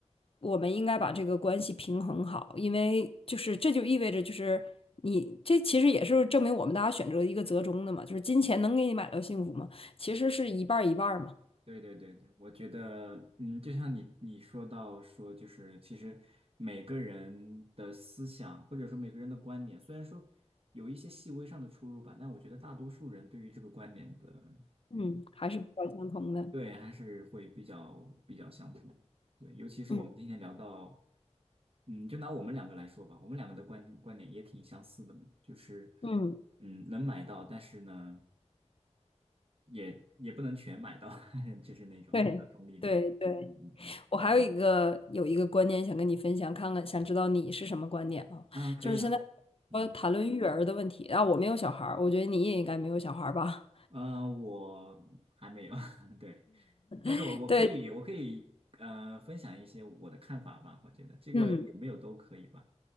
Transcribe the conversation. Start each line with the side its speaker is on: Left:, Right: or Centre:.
Left: 我们应该把这个关系平衡好，因为就是这就意味着就是。你这其实也是证明我们大家选择一个折中的嘛，就是金钱能给你买到幸福吗？其实是一半儿一半儿嘛，
Right: 对对对对，我觉得，嗯，就像你你说到说，就是其实每个人的思想或者说每个人的观点，虽然说有一些细微上的出入吧，但我觉得大多数人对于这个观点的
Left: 嗯，还是比较相同的，
Right: 对，还是会比较比较相同。对，尤其是我们今天聊到，
Left: 嗯
Right: 嗯，就拿我们两个来说吧，我们两个的观观点也挺相似的嘛，就是，
Left: 嗯，
Right: 嗯，能买到，但是呢，也也不能全买到，<laughs> 就是那种比较中立的。
Left: 对对对，
Right: 嗯嗯
Left: 我还有一个有一个观点想跟你分享，看看想知道你是什么观点啊？
Right: 嗯，啊，可以啊，
Left: 就是现在
Right: 嗯，
Left: 说谈论育儿的问题，啊，我没有小孩儿，我觉得你也应该没有小孩儿吧？
Right: 呃，我还没有，<laughs> 对，但是我我可以我可以呃分享一些我的看法吧，
Left: <laughs> 对，
Right: 我觉得这个有没有都可以吧。
Left: 嗯。